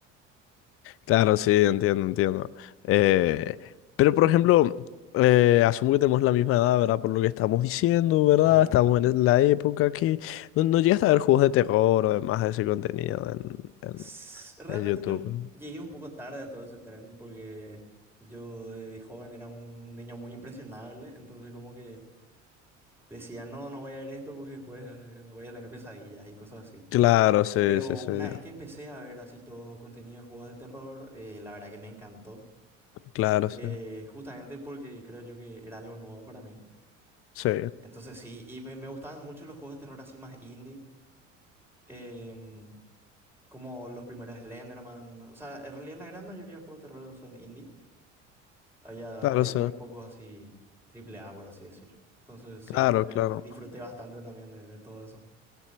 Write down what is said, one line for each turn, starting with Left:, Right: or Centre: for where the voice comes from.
Left: Claro, sí, entiendo, entiendo. Eh, pero, por ejemplo, eh, asumo que tenemos la misma edad, ¿verdad? Por lo que estamos diciendo, ¿verdad?
Centre: Ajá.
Left: Estamos en la época que no, no llegaste a ver juegos de terror o demás de ese contenido en, en,
Centre: S- Realmente
Left: en YouTube.
Centre: yo llegué un poco tarde a todo ese tren porque yo de, de joven era un niño muy impresionable, entonces como que decía, no, no voy a ver esto porque después eh, voy a tener pesadillas y cosas así.
Left: Claro, sí,
Centre: Pero
Left: sí, sí.
Centre: una
Left: ya.
Centre: vez que empecé a ver así todo contenido de juegos de terror, eh, la verdad que me encantó.
Left: Claro,
Centre: eh,
Left: sí.
Centre: justamente porque creo yo que era algo nuevo para mí.
Left: Sí,
Centre: Entonces sí, y me, me gustaban mucho los juegos de terror así más indie, em, como los primeros Slenderman. O sea, en realidad la gran mayoría de juegos de terror son indie. Había,
Left: claro,
Centre: había
Left: sí.
Centre: muy pocos así triple A, por así decirlo. Entonces sí,
Left: Claro,
Centre: eh,
Left: claro.
Centre: di- disfruté bastante también de, de todo eso.